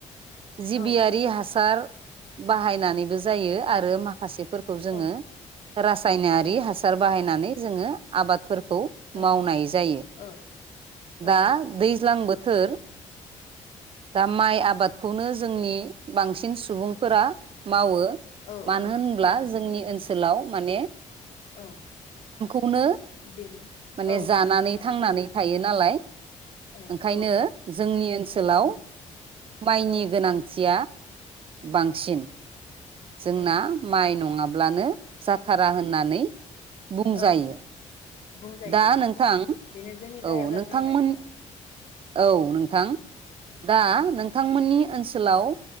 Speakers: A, on the right; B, on the left.
A: जिबियारि
B: औ
A: हासा हार बाहायनानैबो जायो आरो माखासे फोरखौ जोङो
B: औ
A: रायनारि
B: औ
A: हासार बाहायनानै जोङो आबाद फोरखौ
B: औ
A: मावनाय जायो
B: औ औ
A: दा दैज्लां बोथोर दा माइ आबादखौनो जोंनि बांसिन सिन सुबुंफोरा मावो
B: औ
A: मानो होनब्ला जोंनि
B: औ
A: ओनसोलाव माने
B: औ
A: खौनो
B: बेनो
A: माने
B: औ
A: जानानै
B: बांसिन जानाय
A: थांनानै
B: जायो
A: थायो नालाय
B: औ
A: ओंखायनो
B: औ
A: जोंनि ओनसोलाव
B: उम
A: माइनि
B: औ
A: गोनांथिया बांसिन। जोंना
B: औ
A: माइ नङाब्लानो जाथारा होननानै बुंजायो।
B: औ औ बुंजायो
A: दा
B: औ
A: नोंथां
B: बेनो जोंनि गाहाय
A: औ
B: आदार
A: नोंथांमोन
B: नालाय औ
A: औ नोंथां। दा
B: औ
A: नोंथांमोननि ओनसोलाव
B: औ